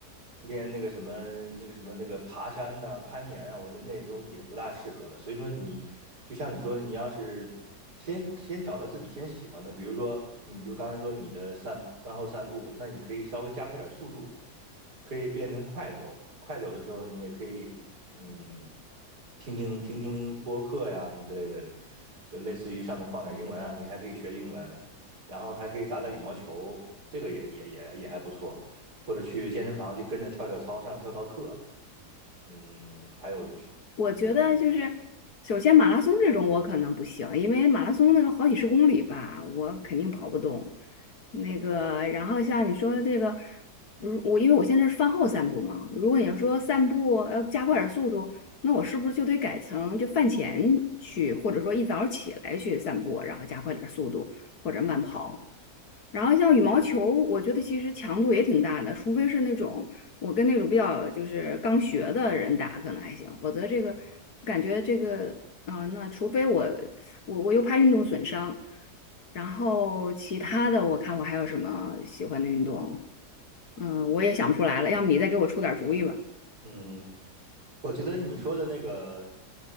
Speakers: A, on the right; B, on the left.
A: 练那个什么那个什么那个爬山呐、攀岩啊，我觉得那都也不大适合了。所以说你就像你说的，你要是先先找到自己先喜欢的，比如说你就刚才说你的散饭后散步，那你可以稍微加快点儿速度。可以变成快走。快走的时候，你也可以，嗯，听听听听播客呀什么之类的，就类似于上面放点英文啊，你还可以学英文，然后还可以打打羽毛球，这个也也也也还不错。或者去健身房去跟着跳跳操，上跳操课，嗯，还有去，
B: 我觉得就是，
A: 嗯
B: 首先马拉松这种我可能不行，因为马拉松那个好几十公里吧，我肯定跑不动。那个，然后像你说的这个，如我因为我现在是饭后散步嘛，如果你说散步要加快点速度，那我是不是就得改成就饭前去，或者说一早起来去散步，然后加快点速度或者慢跑？然后像羽毛球，
A: 嗯
B: 我觉得其实强度也挺大的，除非是那种我跟那种比较就是刚学的人打可能还行，否则这个感觉这个嗯、呃那除非我我我又怕运动损伤，然后其他的我看我还有什么喜欢的运动，嗯、我也想不出来了，要么你再给我出点主意吧。
A: 嗯。我觉得你说的那个，